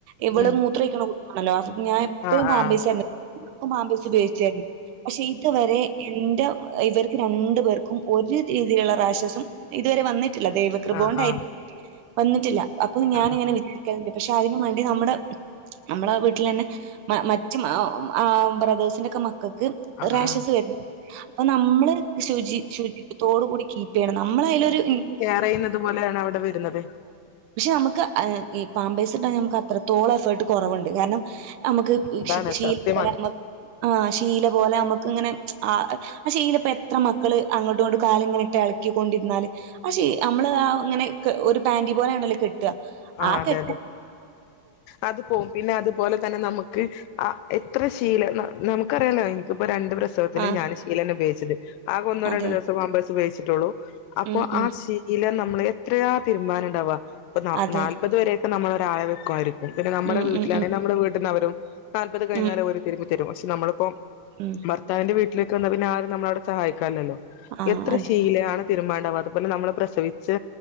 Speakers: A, on the right; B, on the left.
A: ഇവള്
B: ഉം
A: മൂത്രയ്ക്ക്ണ കു ആണല്ലോ അപ്പൊ ഞാൻ എപ്പഴും
B: ആഹ്
A: പാമ്പേസാരുന്നു
B: ആഹ്
A: പാമ്പേസ് ഉപയോഗിച്ചേര്ന്നു പക്ഷെ ഇതുവരെ എന്റെ ഇവർക്ക് രണ്ട് പേർക്കും ഒരു രീതിള്ള റാഷസും ഇതുവരെ വന്നി ട്ടില്ല ദൈവകൃപോണ്ടാരിക്കും
B: ആഹ് ആഹ്
A: വന്നിട്ടില്ല അപ്പൊ ഞാനിങ്ങനെ
B: ആഹ്
A: വിചാ ല്ണ്ട് പക്ഷെ അയ്ന്നും വേണ്ടി നമ്മടെ നമ്മള വീട്ട്ലന്നെ മറ്റ് ആ ബ്രദേഴ്സിന്റെ ഒക്കെ മക്കക്ക്
B: ആഹ്
A: റാക്ഷസ്
B: ആഹ്
A: വരും അപ്പൊ നമ്മള് ശുചി ശുചിത്വത്തോടു കൂടി കീപ്പ് ചെയ്യണം നമ്മള് അതിലൊരു
B: പറയുന്നത് പോലെയാണ് അവിടെ വരുന്നത്.
A: പക്ഷെ നമുക്ക് ഈ പാമ്പേസ് ഇട്ടാ നമുക്ക് അത്രത്തോളം എഫേർട്ട് കൊറവുണ്ട് കാരണം നമുക്ക്
B: അതാണ്
A: ശീല
B: സത്യമാണ്
A: പോലെ നമ്മക്ക് ആ ശീല പോലെ നമുക്ക് ഇങ്ങനെ ആ പക്ഷെ ഇതില് എത്ര മക്കള് അങ്ങോട്ടും ഇങ്ങോട്ടും കാല് ഇങ്ങനെ ഇട്ട് ഇളക്കിക്കൊണ്ടിരാല് പക്ഷേ നമ്മള് ആ ഇങ്ങനെ ഒരു പാന്റി പോനെ ആണെല്ലോ കെട്ടുക
B: ആഹ്
A: ആ
B: അതെ
A: കെ
B: അത് പോവും പിന്നെ അതുപോലെ- തന്നെ നമുക്ക് ആ എത്ര ശീലം നമുക്കറിയാലോ എനിക്കിപ്പോ രണ്ട് പ്രസവത്തിനും
A: ആഹ്
B: ഞാൻ- ഷീലെന്നെ ഉപയൊഗിച്ചത് ആകെ ഒന്നോ
A: അതെ.
B: രണ്ടു ദിവസം പാമ്പേഴ്സ് ഉപയോഗിച്ചിട്ടെ ഉള്ളു അപ്പൊ
A: ഉം, ഉം.
B: ആ- ഷീ ഷീല്ല നമ്മള് എത്രയാ തിരുമ്പാനുണ്ടാവാ ഇപ്പ
A: അതെ.
B: നാല്പത് വരെയൊക്കെ നമ്മള് ഒരാളെ വെക്കുമായി- പിന്നെ നമ്മുടെ
A: ഉം,
B: വീട്ടിലാണെങ്കിൽ
A: ഉം, ഉം.
B: നമ്മടെ വീട്ട്ന്ന് അവരും നാല്പത് കഴിഞാലും
A: ഉം,
B: ഓര് തിരുമ്പി തരും പക്ഷെ നമ്മളിപ്പം -
A: ഉം.
B: ഭർത്താവിന്റെ വീട്ടിലേക്ക് വന്നാ പിന്നെ ആരും നമ്മളെവിടെ സഹായിക്കാനില്ലല്ലോ
A: ആഹ്
B: എത്ര
A: അതെ.
B: ശീലയാണ് തീരുമ്പാൻ ഇണ്ടാവും അതുപോലെ നമ്മള് പ്രസവിച്ച്